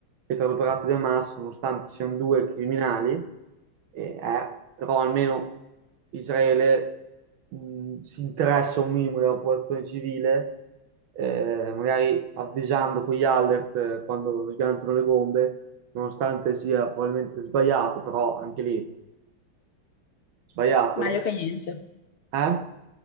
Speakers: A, on the right; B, on the left.
A: e tra l'operato di Hamas, nonostante siano due criminali, e, eh, però almeno Israele mh, si interessa un minimo della popolazione civile, eh, magari avvisando con gli alert eh, quando sganciano le bombe, nonostante sia probabilmente sbagliato, però anche lì sbagliato.
B: Meglio che niente.
A: Eh?